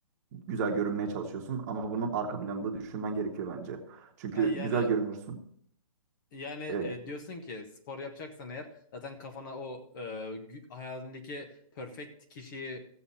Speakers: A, on the right; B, on the left.
A: güzel görünmeye çalışıyorsun ama bunun arka planını da düşünmen gerekiyor bence. Çünkü
B: Ha, yani
A: güzel görünürsün,
B: Yani
A: e,
B: e, diyorsun ki spor yapacaksan eğer zaten kafana o e, gü- hayalindeki perfect kişiyi